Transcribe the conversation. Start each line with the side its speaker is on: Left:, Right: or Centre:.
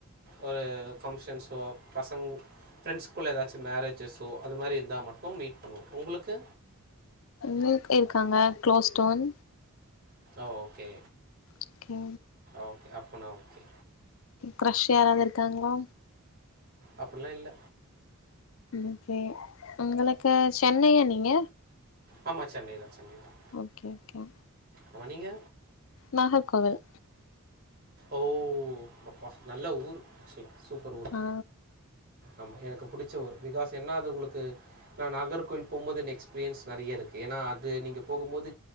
Right: ஒரு பங்சன்ஸ்சோ பசங் ப்ரன்ஸ்குள்ளா எதாச்சும் மேரேஜ்ஜஸ்சோ அது மாரி இருந்தா மட்டும் மீட் பண்ணுவோம் உங்ளுக்கு
Left: எனக் இருக்காங்க closed one
Right: okay
Left: okay
Right: okay அப்பனா ஓகே
Left: க்ரஷ் யாராவது இருக்காங்ளா
Right: அப்டில்லாம் இல்ல
Left: ஓகே உங்களுக்கு சென்னையா நீங்க
Right: ஆமாம் சென்னைதான் சென்னைதான்
Left: ஓகே ஓகே
Right: ஆம நீங்க
Left: நாகர்கோவில்
Right: ஓ அப்பா நல்ல ஊர் <unintelligible> சூப்பர் ஊர்
Left: ஆ
Right: ஆமா எனக்கு புடிச்ச ஊர் பிகாஸ் என்ன அது உங்களுக்கு ந நாகர்கோயில் போம்போது எக்ஸ்பீரியன்ஸ் நறைய இருக்கு ஏன்னா அது நீங்க போகும் போது